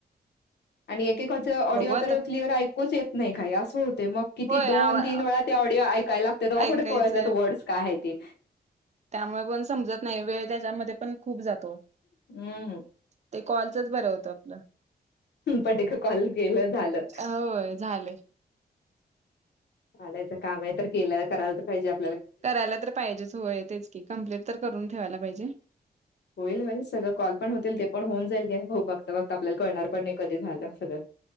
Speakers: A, on the left; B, on the right.
A: आणि एकेकाच ऑडिओ
B: बघू आता
A: तर क्लिअर ऐकूच येत नाही काही असं होते मग किती
B: होय
A: दोन
B: आवा
A: तीन वेळा ते ऑडिओ ऐकायला लागतात तेव्हा
B: ऐकायचं
A: कुठे कळतात वर्डस काय आहे ते
B: त्यामुळे पण समजत नाही वेळ त्याच्यामध्ये पण खूप जातो
A: हम्म
B: ते कॉलचच बरं होतं आपलं
A: पट पण कॉल केलं झालं
B: होय झालं!
A: चालायचं काम आहे तर केलं करायला तर पाहिजे आप
B: करायला तर पाहिजेच होय तेच की कम्प्लीट तर करून ठेवायला पाहिजे
A: होईल होईल सगळं कॉल पण होतील ते पण होऊन जाईल घे भाऊ बघत बघत आपल्याला कळणार पण नाही कधी झालं सगळं